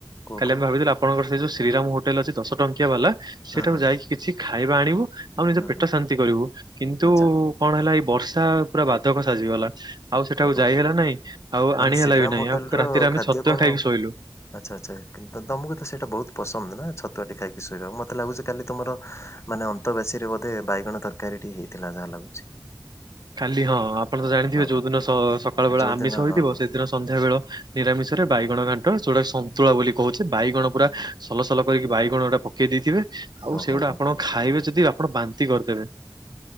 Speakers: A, on the left; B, on the right.
A: କୁହ
B: କାଲି
A: କୁହ
B: ଆମେ ଭାବିଥିଲୁ ଆପଣଙ୍କର ସେଇ ଯୋଉ ଶ୍ରୀରାମ ହୋଟେଲ ଅଛି ଦଶ ଟଙ୍କିଆ ବାଲା, ସେଇଟାକୁ
A: ହୁଁ ହୁଁ
B: ଯାଇକି କିଛି ଖାଇବା ଆଣିବୁ ଆଉ ନିଜ
A: ହୁଁ
B: ପେଟ
A: ହୁଁ
B: ଶାନ୍ତି କରିବୁ। କିନ୍ତୁ
A: ଆଚ୍ଛା
B: କଣ ହେଲା ଏଇ ବର୍ଷା ପୁରା ବାଧକ ସାଜିଗଲା। ଆଉ ସେଠାକୁ
A: ଓହୋ
B: ଯାଇ ହେଲା ନାହିଁ, ଆଉ
A: ମାନେ
B: ଆଣି
A: ଶ୍ରୀରାମ
B: ହେଲା ବି ନାହିଁ,
A: ହୋଟେଲ
B: ଆଉ
A: ର
B: ରାତିରେ ଆମେ
A: ଖାଦ୍ୟ
B: ଛତୁଆ
A: କଣ
B: ଖାଇକି ଶୋଇଲୁ।
A: ଆଚ୍ଛା ଆଚ୍ଛା। କିନ୍ତୁ ତମକୁ ତ ସେଇଟା ବହୁତ ପସନ୍ଦ ନା, ଛତୁଆ ଟିକେ ଖାଇକି ଶୋଇବାକୁ। ମତେ ଲାଗୁଛି କାଲି ତମର ମାନେ ଅନ୍ତ ବେଶୀରେ ବୋଧେ ବାଇଗଣ ତରକାରୀଟି ହେଇଥିଲା ଯାହା ଲାଗୁଛି।
B: ଖାଲି ହଁ। ଆପଣ ତ ଜାଣିଥିବେ
A: ହଁ
B: ଯୋଉଦିନ
A: ହଁ
B: ସ-ସକାଳ ବେଳା
A: ଯୋଉଦିନ
B: ଆମିଷ ହୋଇଥିବ
A: ହଁ ହଁ
B: ସେଦିନ ସନ୍ଧ୍ୟାବେଳ
A: ହଁ
B: ନିରାମିଷରେ ବାଇଗଣ ଘାଣ୍ଟ, ଯୋଉଟା ସନ୍ତୁଳା ବୋଲି କହୁଛେ। ବାଇଗଣ ପୁରା
A: ହଁ
B: ସଲ ସଲ କରିକି ବାଇଗଣ ଗୁଡ଼ା ପକେଇ ଦେଇଥିବେ, ଆଉ
A: ଓ
B: ସେଇଗୁଡ଼ା
A: ହୋ ହୋ
B: ଆପଣ ଖାଇବେ ଯଦି ଆପଣ ବାନ୍ତି କରିଦେବେ।